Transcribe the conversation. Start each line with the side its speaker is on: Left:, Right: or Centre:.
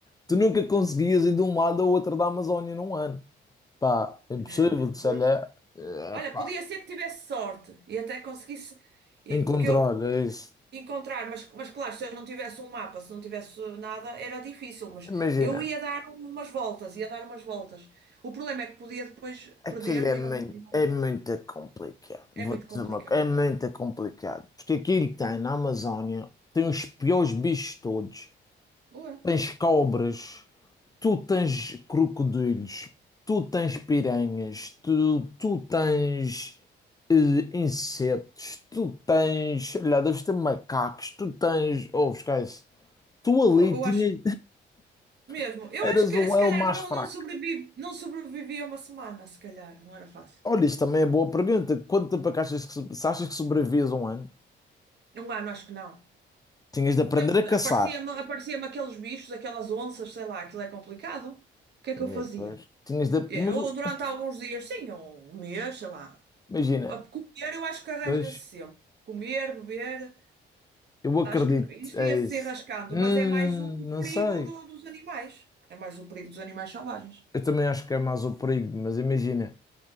Left: Tu nunca conseguias ir de um lado ao outro da Amazónia num ano. Pá, é impossível,
Right: eh,
Left: sei
Right: Pois.
Left: lá, eh,
Right: Olha,
Left: pá,
Right: podia ser que tivesse sorte e até conseguisse, e-
Left: encontrar,
Right: porque eu
Left: é isso.
Right: encontrar, mas, mas claro, se eu não tivesse um mapa, se não tivesse eh, nada, era difícil, mas
Left: Imagina,
Right: eu ia dar umas voltas, ia dar umas voltas. O problema é que podia depois
Left: aquilo
Right: perder-me
Left: é muito,
Right: e não, e não-
Left: é muito complicado.
Right: é
Left: Vou
Right: muito
Left: dizer
Right: complicado.
Left: uma coisa, é muito complicado. Porque aquilo que tem na Amazónia, tem os piores bichos todos.
Right: Ué,
Left: Tens cobras, tu tens crocodilos, tu tens piranhas, tu, tu tens eh, insetos, tu tens, sei lá, deves ter macacos, tu tens, oh, esquece, tu ali
Right: pô, eu
Left: tinhas,
Right: acho mesmo,
Left: <laughs>
Right: eu
Left: eras
Right: acho que
Left: o
Right: se
Left: elo
Right: calhar
Left: mais
Right: não,
Left: fraco.
Right: não sobrevive, não sobrevivia uma semana, se calhar, não era fácil.
Left: Olha, isso também é boa pergunta. Quanto tempo é que achas que, so- se achas que sobrevives um ano?
Right: Um ano, acho que não.
Left: Tinhas de aprender
Right: É porque
Left: a caçar.
Right: Aparecia-me aparecia-me aqueles bichos, aquelas onças, sei lá, aquilo é complicado. O que é que
Left: É,
Right: eu fazia?
Left: pois. Tinhas de,
Right: Eu,
Left: mas o-
Right: durante alguns dias, sim, um um mês, sei lá.
Left: imagina,
Right: Tipo, a comer eu acho que arranja-se
Left: pois,
Right: sempre. Comer, beber,
Left: eu acredito,
Right: acho que isto
Left: é
Right: ia-se
Left: isso.
Right: enrascando,
Left: Hum,
Right: mas é mais o, o
Left: não
Right: perigo
Left: sei.
Right: do- dos animais. É mais o perigo dos animais selvagens.
Left: Eu também acho que é mais o perigo, mas imagina,